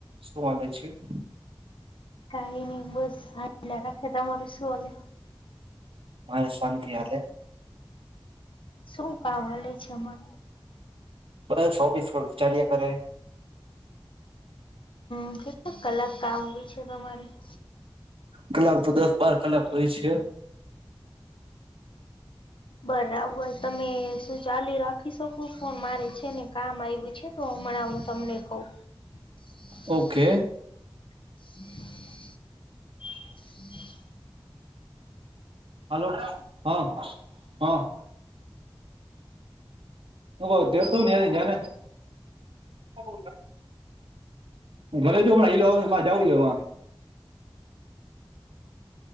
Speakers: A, on the right; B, on the left.
A: શું વાલે છે
B: ક ન બસ હ લખ ખેતા મરે શુંવાલે
A: મને શાંતિ હલે
B: શું કવાલે છે અમારું
A: બસ ઓોીસ ચાલ્યા કરે
B: <inaudible> કલાક કામ હોય છે તમારે <inaudible>
A: કલાક તો દસ બાર કલાક હોય છે
B: બરાબર તમે શું ચાલી રાખી શકો ફોન મારે છે ને કામ આવ્યું છે તોમણા હું તમને કઉ <inaudible>
A: ઓકે
B: <inaudible>
A: હાલો હા હા હું ગ્યો તો ને એની ઘરે. હું ઘરે ગ્યો પણ ઈ લોકોને <unintelligible>